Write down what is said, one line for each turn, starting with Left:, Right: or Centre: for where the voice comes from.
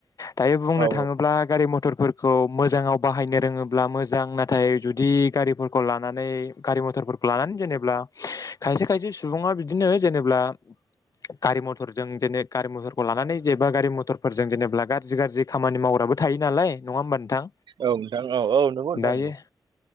Left: दायो बुंनो
Right: औ
Left: थाङोब्ला गारि मथर फोरखौ मोजाङाव बाहायनो रोङोब्ला मोजां नाथाय जुदि गारिफोरखौ लानानै गारि मथर। फोर लानानै जेनेब्ला खायसे खायसे सुबुङा बिदिनो जेनेब्ला गारि मटरजों जेने गारि मथरखौ लानानै जेबा गारि मटरफोरजों जेनेबा गाज्रि गाज्रि खामानि मावो। बो थायो नालाय नङा होमबा नोंथां
Right: औ नोंथां औ औ नंगौ नोंथां
Left: दायो।
Right: नंगौ